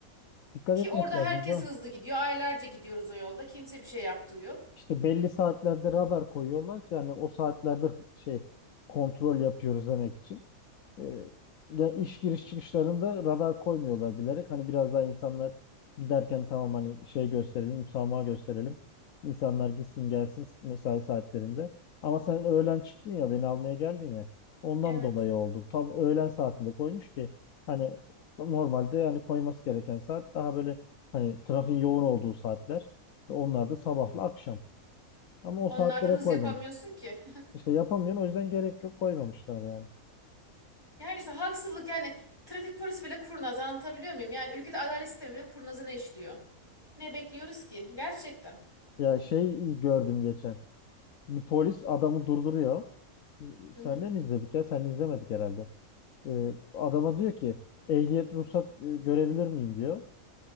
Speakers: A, on the left; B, on the left.
A: dikkat
B: Ki
A: etmek
B: orada
A: lazım
B: herkes
A: da.
B: hızlı gidiyor. Aylarca gidiyoruz o yolda. Kimse bir şey yaptığı yok.
A: İşte belli saatlerde radar koyuyorlar ki yani o saatlerde şey kontrol yapıyoruz demek için. E, ya iş giriş çıkışlarında radar koymuyorlar bilerek. Hani biraz daha insanlar giderken tamam hani şey gösterelim, müsamaha gösterelim. İnsanlar gitsin gelsin mesai saatlerinde. Ama sen öğlen çıktın ya beni almaya geldin ya. Ondan
B: Evet.
A: dolayı oldu. Tam öğlen saatinde koymuş ki hani normalde hani koyması gereken saat daha böyle hani trafiğin yoğun olduğu saatler. Onlar da sabahla akşam. Ama o
B: Onlarda
A: saatlere
B: hız
A: koymamış.
B: yapamıyorsun ki.
A: İşte yapamıyorsun o yüzden gerek yok koymamışlar yani.
B: Yani işte haksızlık yani trafik polisi bile kurnaz anlatabiliyor muyum? Yani ülkede adalet sistemi bile kurnazını işliyor Ne bekliyoruz ki? Gerçekten.
A: <laughs> Ya şey gördüm geçen. Bir polis adamı durduruyor.
B: Hı
A: Senle
B: hı,
A: mi izledik ya? Sen izlemedik herhalde. Ee, adama diyor ki ehliyet ruhsat e, görebilir miyim diyor.